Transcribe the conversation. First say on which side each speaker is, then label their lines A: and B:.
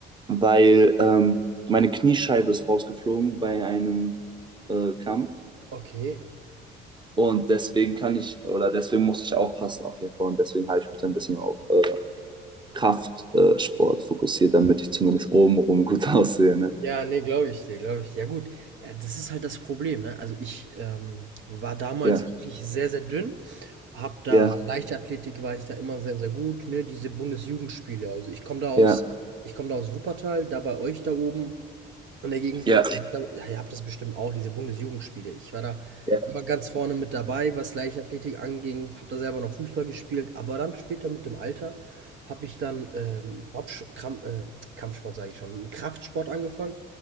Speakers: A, on the right; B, on the right.
A: weil ähm, meine Kniescheibe ist rausgeflogen bei einem äh, Kampf.
B: Okay.
A: Und deswegen kann ich, oder deswegen muss ich aufpassen auf jeden Fall. Und deswegen habe ich mich dann ein bisschen auf äh, Kraftsport fokussiert, damit ich zumindest obenrum gut <laughs> aussehe. Ne?
B: Ja, ne, glaube ich dir, glaube ich dir. Ja gut, ja, das ist halt das Problem, ne? Also ich ähm, war damals
A: Ja,
B: wirklich sehr, sehr dünn. Hab da
A: ja,
B: Leichtathletik war ich da immer sehr, sehr gut, ne? Diese Bundesjugendspiele. Also ich komme da aus,
A: ja,
B: ich komme da aus Wuppertal, da bei euch da oben in der Gegend.
A: ja,
B: Ich hab da, ja, ihr habt das bestimmt auch, diese Bundesjugendspiele. Ich war da
A: ja,
B: immer ganz vorne mit dabei, was Leichtathletik anging. Habe da selber noch Fußball gespielt, aber dann später mit dem Alter habe ich dann ähm, Kopfsch- Kramp, äh, Kampfsport sage ich schon, mit dem Kraftsport angefangen